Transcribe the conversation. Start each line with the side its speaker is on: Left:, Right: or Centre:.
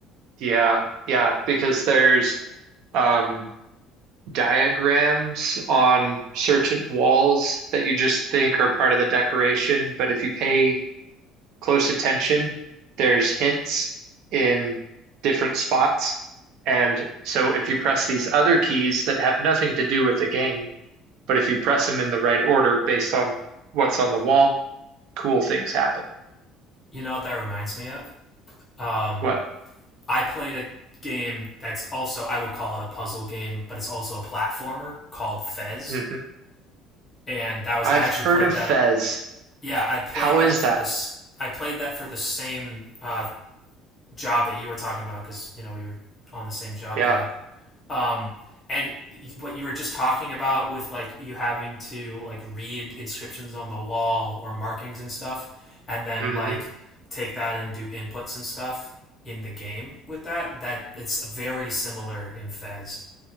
Right: Yeah, yeah, because there's um, diagrams on certain walls that you just think are part of the decoration, but if you pay close attention, there's hints in different spots. And so if you press these other keys that have nothing to do with the game, but if you press them in the right order based on what's on the wall, cool things happen.
Left: You know what that reminds me of? Um
Right: What?
Left: I played a game that's also I would call it a puzzle game, but it's also a platformer called Fez,
Right: hmm
Left: and that was
Right: I've
Left: I actually
Right: heard
Left: played
Right: of
Left: that.
Right: Fez.
Left: Yeah, I played
Right: How
Left: that
Right: is
Left: for
Right: that?
Left: this. I played that for the same uh, job that you were talking about because you know we were on the same job
Right: Yeah.
Left: there, Um, and what you were just talking about with like you having to like read inscriptions on the wall or markings and stuff, and then
Right: hmm
Left: like take that and do inputs and stuff in the game with that. That it's very similar in Fez.